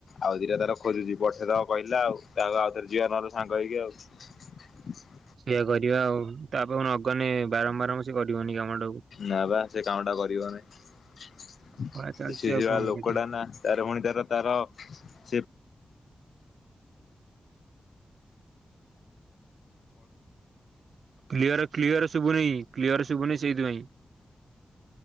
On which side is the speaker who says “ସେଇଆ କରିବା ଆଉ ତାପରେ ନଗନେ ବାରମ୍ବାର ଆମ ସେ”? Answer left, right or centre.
Right